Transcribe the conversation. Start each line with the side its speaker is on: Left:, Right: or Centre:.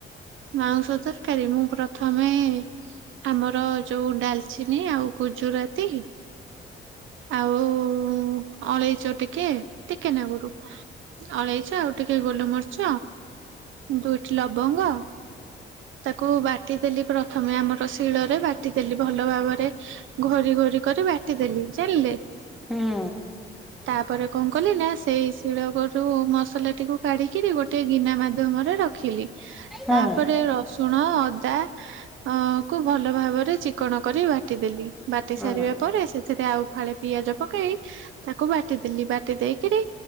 Right: ମାଉଁସ ତରକାରୀ ମୁଁ ପ୍ରଥମେ-ଏ-ଏ-ଏ ଆମର ଯୋଉ ଡାଲଚିନି ଆଉ ଗୁଜୁରାତି ଆଉ-ଉ-ଉ-ଉ-ଉ ଅଳେଇଚ ଟି ଟିକେ ଟିକେ ନାଗରୁ, ଅଳେଇଚ ଆଉ ଟିକେ ଗୋଲମରିଚ ଦୁଇଠି ଲବଙ୍ଗ। ତାକୁ ବାଟି ଦେଲି ପ୍ରଥମେ ଆମର ଶିଳରେ ବାଟି ଦେଲି ଭଲ ଭାବରେ ଘୋରି ଘୋରି କରି ବାଟିଦେଲି ଜାଣିଲେ
Centre: ହୁଁ
Right: ତାପରେ କଣ କଲି ନା ସେଇ ଶିଳ ଗରୁ ମସଲାଟିକୁ କାଢ଼ିକିରି ଗୋଟିଏ ଗିନା ମାଧ୍ୟମରେ ରଖିଲି।
Centre: ହଁ
Right: ତାପରେ ରସୁଣ ଣ ଅଦା ଆକୁ ଭଲ ଭାବରେ ଚିକଣ କରି ବାଟିଦେଲି। ବାଟି
Centre: ହଁ
Right: ସାରିବା ପରେ ସେଥିରେ ଆଉ ଫାଳେ ପିଆଜ ପକେଇ ତାକୁ ବାଟି ଦେଲି ବାଟି ଦେଇକିରି